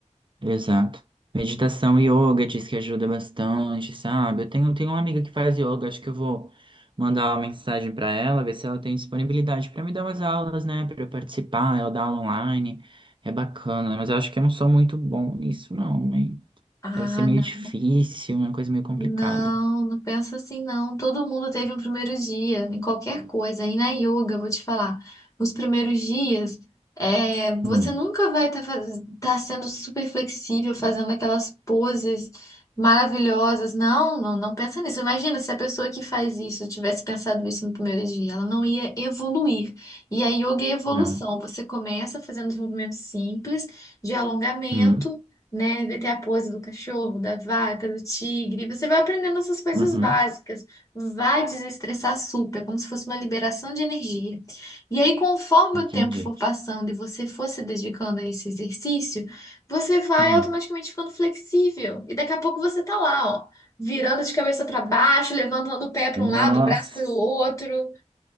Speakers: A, on the right (about 40°); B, on the left (about 25°).
A: Exato. Meditação e yoga diz que ajuda bastante, sabe? Eu tenho, tenho uma amiga que faz yoga, acho que eu vou mandar uma mensagem para ela, ver se ela tem disponibilidade para me dar umas aulas, né? Para eu participar, ela dá aula online. É bacana, mas eu acho que eu não sou muito bom nisso, não, hein?
B: Ah,
A: Deve ser meio
B: não.
A: difícil, uma coisa meio complicada.
B: Não, não pensa assim, não. Todo mundo teve um primeiro dia em qualquer coisa. E na yoga, vou te falar, os primeiros dias, é, você
A: Hum,
B: nunca vai estar sendo super flexível, fazendo aquelas poses maravilhosas. Não, não, não pensa nisso. Imagina se a pessoa que faz isso tivesse pensado isso no primeiro dia, ela não ia evoluir. E a yoga é evolução.
A: não.
B: Você começa fazendo os movimentos simples de alongamento
A: Hum,
B: né? Vai ter a pose do cachorro, da vaca, do tigre. Você vai aprendendo essas coisas
A: uhum,
B: básicas. Vai desestressar super, como se fosse uma liberação de energia. E aí, conforme
A: entendi.
B: o tempo for passando e você for se dedicando a esse exercício, você vai
A: Hum,
B: automaticamente ficando flexível. E daqui a pouco você tá lá, ó, virando de cabeça para baixo, levantando o pé para
A: nossa,
B: um lado, o braço para o outro.